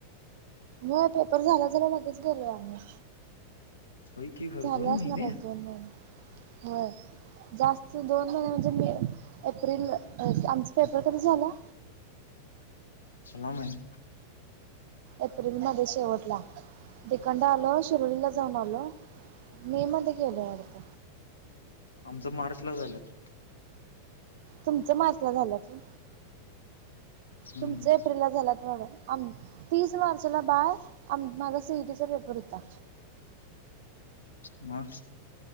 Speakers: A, on the right (about 50°); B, on the left (about 70°).
A: हो पेपर झाल्या झाल्या लगेच गेलोय आम्ही.
B: होय की खरं
A: झाले
B: दोन
A: असणार
B: महिने
A: एक दोन महिने, होय. जास्त दोन महिने म्हणजे मे, एप्रिल आमच पेपर कधी झाल? <inaudible>
B: सलाम आहे
A: एप्रिल मध्ये शेवटला दुकान राहील शिर्डीला जाऊन आलो मे मध्ये गेलो अर्थ
B: आमचं मार्चला झाल्यात
A: तुमचं मार्च ला झालं तू
B: हम्म
A: तुमच एप्रिलला झालात वाड तीस मार्चला बाय आ माझा सीईटीचा पेपर होता
B: मग